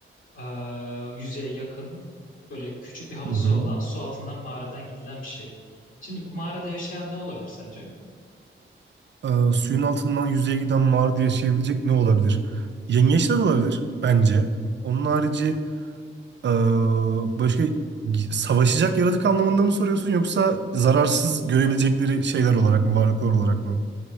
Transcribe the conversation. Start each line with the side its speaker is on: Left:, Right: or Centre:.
Left: Ee, yüzeye yakın böyle küçük bir havuzu
Right: Hı hı.
Left: olan su altından mağaradan gidilen bir şey. Şimdi bu mağarada yaşayan ne olabilir sence?
Right: Ee, suyun altından yüzeye giden mağarada yaşayabilecek ne olabilir? Yengeçler olabilir bence. Onun harici Ee, başka savaşacak yaratık anlamında mı soruyorsun yoksa zararsız görebilecekleri şeyler olarak mı, varlıklar olarak mı?